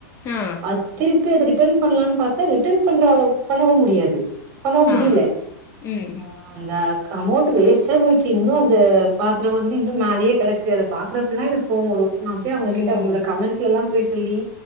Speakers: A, on the left (about 25°); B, on the right (about 40°).
A: ஆ
B: அத்திரு <unintelligible> ரிட்டர்ன் பண்லான்னு பாத்தா ரிட்டர்ன் பண்ற பண்ணவு முடியாது பண்ணவு முடில
A: ஆ ம்
B: ஆ அந்த அமௌண்ட் வேஸ்ட்டா போயிடுச்சு இன்னு அந்த பாத்ரோ வந்து இன்னு மேலயே கெடக்கு அத பாக்குறப்பல்லா எனக்கு கோவோ வரு அப்யே அவங்க
A: ம்
B: கிட்ட அவங்களோட கமெண்ட்லலா போயி பிள்ளி